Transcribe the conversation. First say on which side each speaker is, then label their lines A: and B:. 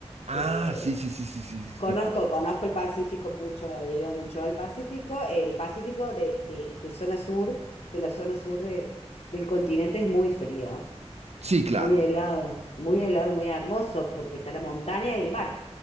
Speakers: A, on the right (about 70°); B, on the left (about 60°).
A: ah,
B: eh,
A: sí, sí, sí, sí, sí, sí,
B: conozco,
A: sí, claro.
B: conozco el Pacífico mucho, he ido mucho al Pacífico. El Pacífico de, de- de zona sur, de la zona sur de- del continente es muy frío.
A: Sí, claro.
B: Muy helado, muy helado y muy hermoso porque está la montaña y el mar.